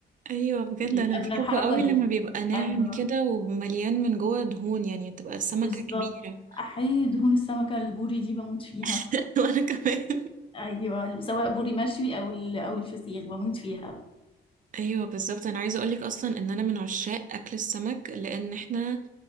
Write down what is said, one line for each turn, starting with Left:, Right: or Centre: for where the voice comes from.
Right: ايوه بجد
Left: بيبقى
Right: انا بحبه
Left: من الحركه
Right: قوي
Left: دي
Right: لما بيبقى ناعم
Left: ايوه
Right: كده ومليان من جوه دهون يعني تبقى السمكة
Left: بالظبط
Right: كبيرة
Left: احيي دهون السمكه البوري دي بموت فيها
Right: <laughs> وانا كمان
Left: ايوه سواء بوري مشوي او ال- او الفسيخ بموت فيها
Right: ايوه بالظبط انا عايزه اقولك اصلا ان انا من عشاق اكل السمك لان احنا